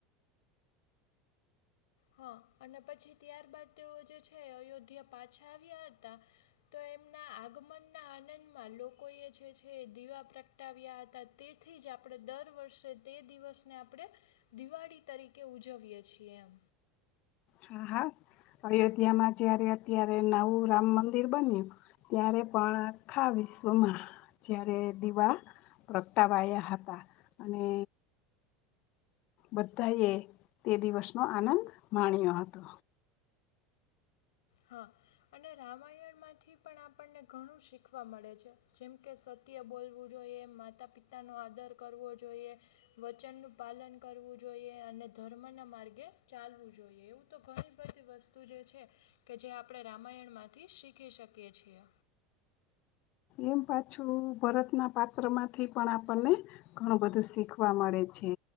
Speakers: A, on the left (about 80°); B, on the left (about 55°).
A: હા! અને પછી ત્યાર બાાદ તેઓ જે છે. અયોધ્યા પાછા આવ્યા હતા. તો એમના આગમન ના આનંદમાં, લોકો એ જે છે દીવા પ્ર. અટાવ્યા હતા. તેથી જ આપણે દર વર્ષે તે દિવસને આપણે.. દિવાળી તરીકે ઉજવીએ છીએ એમ.
B: હા હા! અયોધ્યામાં જયારે અત્યારે નવું રામ મંદિર બન્યું. ત્યારે પણ આખા વિશ્વમાં જારે દીવા. પ્રગટાવાયા હતા. અને બધા એ તે દિવસ નો આનંદ માણ્યો હતો.
A: હા! અને રામાયણમાંથી પણ આપણને ઘણું શીખવા મળે છે. જેમકે સત સત્ય બોલવું જોઈએ. માતા પિતાનો આદર કરવો જોઈએ. વચનનુંું પાલન કરવું જોઈએ. અને ધર્મના માર્ગે ચાલવું જોઈએ. એવું તો ઘણી બધી વસ્તુ જે છે. કે જે આપણે રામાયણમાંથી શીખી શકીએ છીએ.
B: એમ પાછું ભરતના પાત્ર માંથી પણ આપણને. ઘણું બધું શીખવા મળે છે.